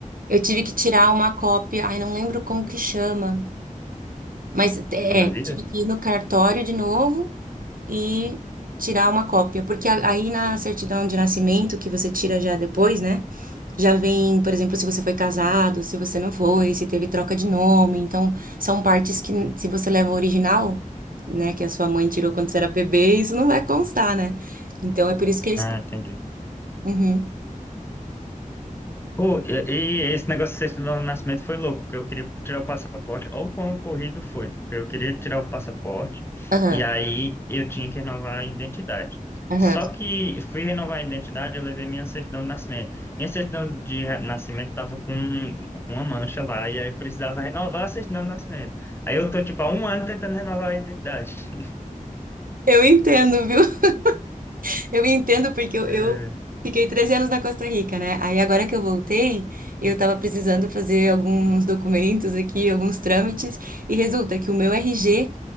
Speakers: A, on the right; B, on the left.
A: eu tive que tirar uma cópia, ai, não lembro como que chama, mas é,
B: segunda
A: é,
B: vida?
A: tive que ir no cartório de novo e tirar uma cópia, porque a- aí na certidão de nascimento, que você tira já depois, né? Já vem, por exemplo, se você foi casado, se você não foi, se teve troca de nome. Então, são partes que, se você leva o original, né, que a sua mãe tirou quando você era bebê, isso não vai constar, né? Então, é por isso que eles.
B: Ah, entendi.
A: Uhum.
B: Pô, e, e esse negócio de sexto do nascimento foi louco, porque eu queria tirar o passaporte, ou quão corrido foi, porque eu queria tirar o passaporte,
A: Aham,
B: e aí eu tinha que renovar a identidade.
A: aham.
B: Só que fui renovar a identidade, eu levei minha certidão de nascimento. Minha certidão de ra- nascimento tava com, com uma mancha lá, e aí eu precisava renovar a certidão de nascimento. Aí eu tô, tipo, há um ano tentando renovar a identidade. <laughs>
A: Eu entendo, viu? <laughs> Eu entendo porque eu,
B: É,
A: eu fiquei 13 anos na Costa Rica, né? Aí agora que eu voltei, eu tava precisando fazer alguns documentos aqui, alguns trâmites, e resulta que o meu RG